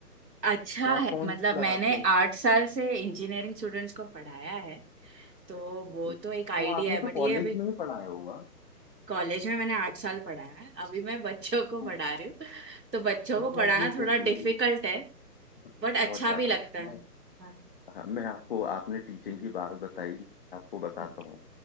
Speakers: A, on the right (about 85°); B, on the left (about 35°).
A: अच्छा
B: तो आप
A: है
B: कौन
A: मतलब
B: सी क्लास
A: मैंने
B: में
A: आठ साल से इंजीनियरिंग स्टूडेंट्स को पढ़ाया है तो
B: <laughs>
A: वो तो एक आइडिया
B: तो आपने
A: है
B: तो
A: बट
B: कॉलेज
A: ये अभी
B: में ही पढ़ाया होगा
A: कॉलेज में मैंने आठ साल पढ़ाया है अभी मैं बच्चों को
B: तो,
A: पढ़ा रही हूँ तो बच्चों
B: तो
A: को
B: मतलब
A: पढ़ाना
B: ये
A: थोड़ा
B: कैसे
A: डिफिकल्ट है
B: बहुत
A: बट अच्छा
B: ज्यादा
A: भी लगता है
B: मैं
A: हाँ
B: हाँ, मैं आपको आपने टीचिंग
A: हम्म,
B: की बात बताई आपको बताता
A: हम्म,
B: हूँ